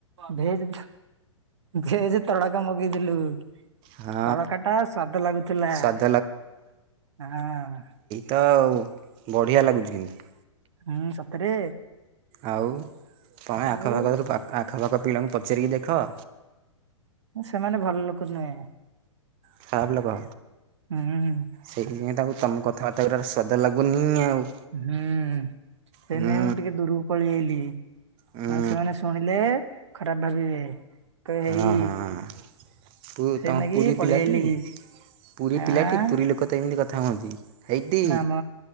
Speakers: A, on the right; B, on the right.
A: ଭେଜ ଭେଯେ ତଡକା ମଗେଇଦେଲୁ।
B: ହଁ
A: ତଡକା ଟା ସ୍ୱାଦ ଲାଗୁଥିଲା
B: ସ୍ୱାଦ
A: ହଁ।
B: ତ ଆଉ ବଢ଼ିଆ ଲାଗୁଚି କିନ୍ତୁ।
A: ହୁଁ ସତରେ?
B: ଆଉ ତମେ ଆଖପାଖରୁ
A: ଆଉ
B: ଆଖପାଖ ପିଲାଙ୍କୁ ପଚାରିକି ଦେଖ।
A: ସେମାନେ ଭଲ ଲୋକ ନୁହେଁ।
B: ଖରାପ୍ ଲୋକ?
A: ହୁଁ
B: ସେଇଥିପାଇଁ ତାକୁ ତମ କଥାବାର୍ତ୍ତା ଗୁରା ସ୍ୱାଦ ଲାଗୁନି ଆଉ।
A: ହୁଁ ସେଇନାଗି
B: ହୁଁ
A: ମୁଁ ଟିକେ ଦୂରକୁ ପଳେଇ ଆଇଲି।
B: ହୁଁ
A: କାଳେ ସେମାନେ ଶୁଣିଲେ ଖରାପ୍ ଭାବିବେ। କହିବେ ହେଇ
B: ହଁ ହଁ ହଁ। ପୁ
A: ସେଇନାଗି
B: ତମ ପୁରୀ
A: ପଳେଇ
B: ପିଲାଟି।
A: ଆଇଲି
B: ପୁରୀ
A: ଆଁ
B: ପିଲାଟି ପୁରୀ ଲୋକ ତ ଏମିତି କଥା ହୁଅନ୍ତି। ହେଇଟିି
A: ନା ମ